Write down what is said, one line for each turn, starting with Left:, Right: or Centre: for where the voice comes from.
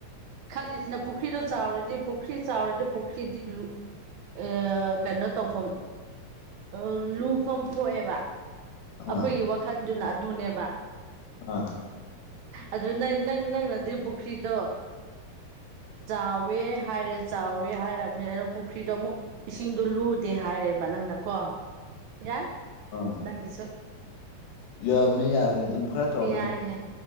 Right: ꯈꯜꯂꯤꯁꯤꯅ ꯄꯨꯈ꯭ꯔꯤꯗꯣ ꯆꯥꯎꯔꯗꯤ ꯄꯨꯈ꯭ꯔꯤ ꯆꯥꯎꯔꯗꯤ ꯄꯨꯈ꯭ꯔꯤꯗꯤ ꯂꯨ ꯑꯦ ꯀꯩꯅꯣ ꯇꯧꯐꯝ ꯑꯥ ꯂꯨꯐꯝ ꯊꯣꯛꯑꯦꯕ ꯑꯩꯈꯣꯏꯒꯤ
Left: ꯑꯥ
Right: ꯋꯥꯈꯜꯗꯨꯅ ꯑꯗꯨꯅꯦꯕ
Left: ꯑꯥ
Right: ꯑꯗꯨ ꯅꯪ ꯅꯪ ꯅꯪꯅꯗꯤ ꯄꯨꯈ꯭ꯔꯤꯗꯣ ꯆꯥꯎꯋꯦ ꯍꯥꯏꯔꯦ ꯆꯥꯎꯋꯦ ꯍꯥꯏꯔꯕꯅꯤꯅ ꯄꯨꯈ꯭ꯔꯤꯗꯣ ꯑꯃꯨꯛ ꯏꯁꯤꯡꯗꯣ ꯂꯨꯗꯦ ꯍꯥꯏꯔꯦꯕ ꯅꯪꯅ ꯀꯣ ꯌꯥꯏ
Left: ꯑꯥ
Right: ꯅꯪꯒꯤꯁꯨ
Left: ꯌꯥꯕꯅꯤ ꯌꯥꯕꯅꯤ ꯑꯗꯨꯝ ꯈꯔꯥ ꯇꯧꯔꯛꯀꯅꯤ
Right: ꯌꯥꯏꯌꯦ